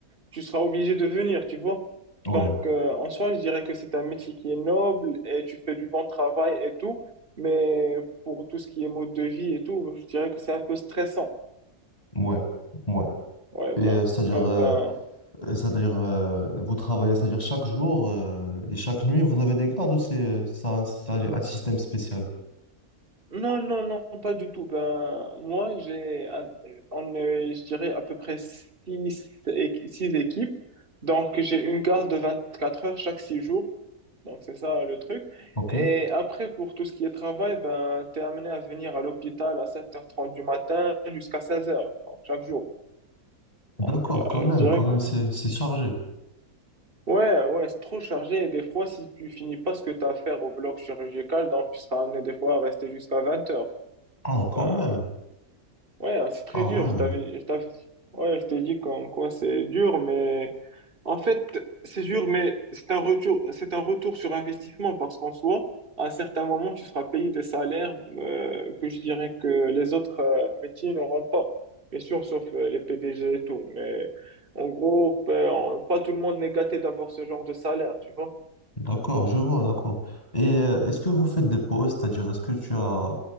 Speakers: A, on the right (about 40°); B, on the left (about 25°).
A: tu seras obligé de venir, tu vois.
B: Ouais,
A: Donc, euh, en soi, je dirais que c'est un métier qui est noble et tu fais du bon travail et tout, mais pour tout ce qui est mode de vie et tout, je dirais que c'est un peu stressant.
B: ouais, ouais.
A: Ouais,
B: Et
A: ben,
B: euh, c'est-à-dire,
A: ouais,
B: euh,
A: ben,
B: Euh, C'est-à-dire, euh, vous travaillez, c'est-à-dire chaque jour euh, et chaque nuit, vous avez des gardes ou c'est ça, un c'est un- un système spécial?
A: Non, non, non, pas du tout. Ben, moi, j'ai, un- on, est, je dirais, à peu près six, équ- six équipes. Donc, j'ai une garde de 24 heures chaque six jours. Donc, c'est ça le truc.
B: Ok.
A: Et après, pour tout ce qui est travail, ben, t'es amené à venir à l'hôpital à sept heures trente du matin jusqu'à seize heures. donc chaque jour.
B: D'accord,
A: Donc, euh,
B: quand même,
A: je dirais
B: quand même,
A: que...
B: c'est c'est chargé.
A: Ouais, ouais, c'est trop chargé. Et des fois, si tu finis pas ce que tu as à faire au bloc chirurgical, donc tu seras amené des fois à rester jusqu'à vingt heures.
B: Ah, quand
A: Ben
B: même.
A: Ouais, hein, c'est très
B: Ah
A: dur.
B: ouais,
A: Je t'avais, je t'avais- ouais, je t'ai dit comme quoi c'est dur, mais en fait, c'est dur, mais c'est un retour, c'est un retour sur investissement parce qu'en soi, à un certain moment, tu seras payé des salaires euh, que je dirais que les autres euh, métiers n'auront pas. Bien sûr, sauf euh, les PDG et tout. Mais en gros, euh, pas tout le monde n'est gâté d'avoir ce genre de salaire, tu vois.
B: d'accord, je vois, d'accord. Et euh, est-ce que vous faites des pauses, c'est-à-dire est-ce que tu as